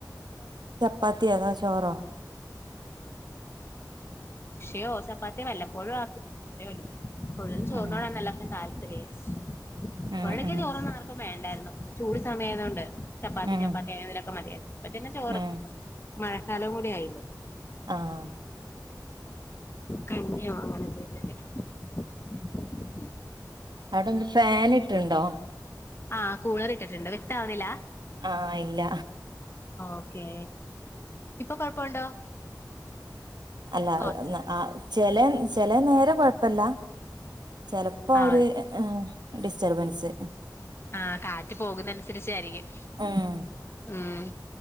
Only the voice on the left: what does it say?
യോ ചപ്പാത്തി വല്ലപ്പോഴും ആക്കും അതേഒള്ളു പൊള്ളുന്ന ചോറിനോടാണ്
എല്ലാർക്കും താല് ത്രീസ്
വഴക്ക്
ചോറ് ഉണ്ണാൻ ആർക്കും വേണ്ടായിരുന്നു ചൂട് സമയആയതൊണ്ട് ചപ്പാത്തി
ചപ്പാത്തി അങ്ങനെ എന്തെങ്കിലൊക്കെ മതിയാ <unintelligible> ചോറ്
മഴക്കാലം കൂടി ആയില്ലേ.
കഞ്ഞിയോ അങ്ങനെ എന്തേലു ഒക്കെ
ആ കൂളറ് ഇട്ടിട്ടുണ്ട് വ്യക്തം ആവുന്നില്ല
ഓക്കേ ഇപ്പൊ കൊഴപ്പുണ്ടോ
കൊറച്ച്
ആ
ആഹ കാറ്റ് പോകുന്ന അനുസരിച്ചായിരിക്കും
ഉം